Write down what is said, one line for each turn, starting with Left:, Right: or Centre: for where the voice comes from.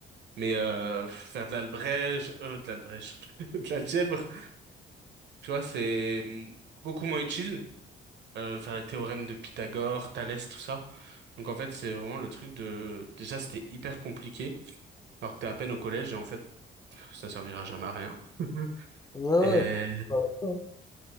Right: Mais euh, faire de l'albrège, euh, de l'albrège, <laughs> de l'algèbre, tu vois, c'est beaucoup moins utile euh, vers les théorèmes de Pythagore, Thalès, tout ça. Donc en fait, c'est vraiment le truc de... Déjà, c'était hyper compliqué, alors que t'es à peine au collège, et en fait, pff, ça servira jamais à rien. <laughs>
Left: Ouais,
Right: Et-
Left: ouais. Ouais.